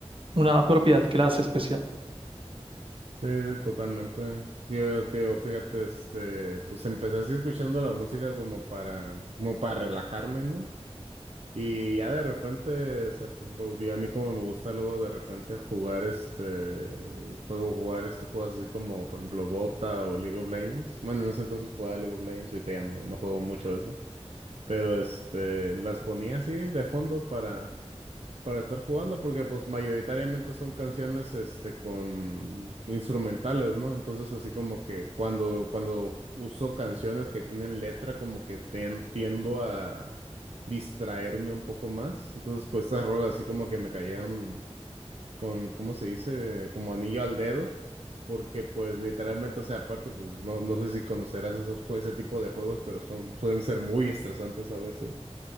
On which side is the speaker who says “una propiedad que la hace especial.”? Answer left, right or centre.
Right